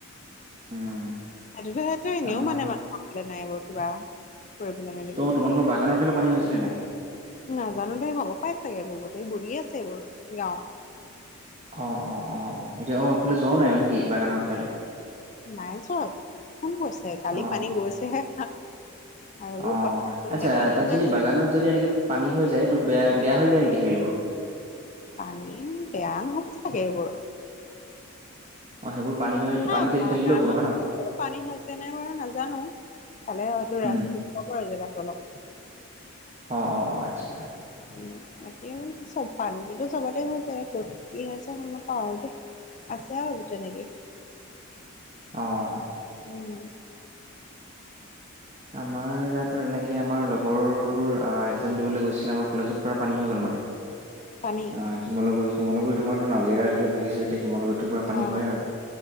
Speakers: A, on the right; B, on the left.
A: উম
B: আদিবাসীতো এনেও
A: আমাৰ
B: মানে মানুহ পাবলে নাই এইবোৰ কিবা কৰিবলৈ মেলিবলে।
A: ত' তোমালোকৰ বাগানৰ ফালে পানী হৈছিলে নাই
B: নাজানো দেই হব পাই চাগে এইবোৰ গোটেই বুৰি আছে এইবোৰ গাঁও
A: অ অ অ এতিয়া অ এইফালে
B: চবফালে।
A: যোৱাও নাই মানে কি বাগানৰ চাইডে
B: নাই যোৱা কোন গৈছে কালি
A: অ',
B: পানী গৈছেহে আৰু এইবোৰ
A: অ
B: পথাৰতো
A: আচ্ছা
B: গোটেই পানী
A: তাত
B: হৈ
A: যদি
B: আছে।
A: বাগানত যদি এনেকে পানী হৈ যায় ত বেয়া বেয়া হৈ যায় নেকি হেৰিবোৰ
B: পানী বেয়া নহব চাগে এইবোৰ
A: অ সেইবোৰ পানী হৈ
B: এহ
A: পানীত তিতি
B: বাগানত
A: থাকিলেও একো নহয় ন?
B: পানী হৈছে নাই বাৰু নাজানো চালে হয়টো ৰাস্তা
A: উম,
B: উখ হয় জেগাতো অলপ
A: অ অ আচ্ছা
B: উম বাকী চব পানীতো চবতে হৈছে ক'ত কি হৈছে সময় গম নাপাওঁ আৰু দেই আছে আও এবোৰ তেনেকেই
A: অ
B: উম
A: আমাৰ তাতো তেনেকে আমাৰ লগৰবোৰ আ এক্সজাম দিবলে গৈছিলে কলেজত পুৰা পানী হৈ গ'ল মানে
B: পানী
A: অ শিমলুগুৰি চিমলুগুৰি তোমাৰতো নাজিৰা সেইফালে ভাগিছে তে শিমলগুটোৰ পৰা পানী
B: অ
A: হয় আৰু